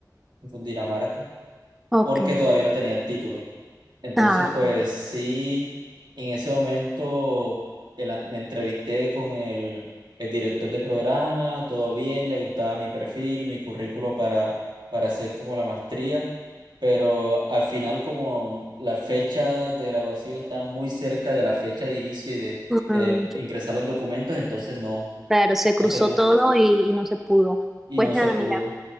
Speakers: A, on the right (about 85°); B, in the centre.
A: en Cundinamarca
B: Ok.
A: porque todavía no tenía título. Entonces,
B: Ah,
A: pues
B: claro.
A: sí, en ese momento el an- me entrevisté con el, el director de programa, todo bien, le gustaba mi perfil, mi currículo para, para hacer como la maestría, pero al final como la fecha de graduación está muy cerca de la fecha de inicio y de,
B: Mm,
A: de ingresar los documentos, entonces no,
B: Claro, se cruzó
A: no se pudo
B: todo y, y no se pudo.
A: y
B: Pues
A: no
B: nada,
A: se pudo.
B: mira,